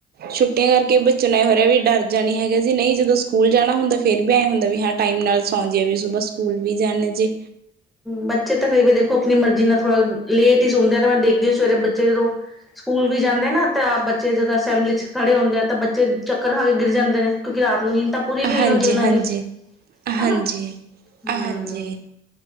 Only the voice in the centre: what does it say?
ਬੱਚੇ ਤਾਂ ਕਈ ਵੀ ਦੇਖੋ ਆਪਣੀ ਮਰਜ਼ੀ ਨਾਲ ਥੋੜਾ ਲੇਟ ਹੀ ਸੋਂਦੇ ਆ, ਤੇ ''ਮੈਂ ਦੇਖਦੀ ਹ ਸਵੇਰੇ ਬੱਚੇ ਜਦੋ ਸਕੂਲ ਵੀ ਜਾਂਦੇ ਨਾ ਤਾਂ ਬੱਚੇ ਜਦੋਂ ਅਸੈਂਬਲੀ'ਚ' ਖੜੇ ਹੁੰਦੇ ਆ ਤਾਂ, ਬੱਚੇ ਚੱਕਰ ਖਾਕੇ ਗਿਰ ਜਾਂਦੇ ਨੇ, ਕਿਉਕਿ ਰਾਤ ਨੂੰ ਨੀਦ ਤਾਂ ਪੁੂਰੀ ਨਹੀ ਹੋਈ
ਹੋਂਦੀ ਓਨਾਂ
ਦੀ
ਹਨਾ, ਹੂੰ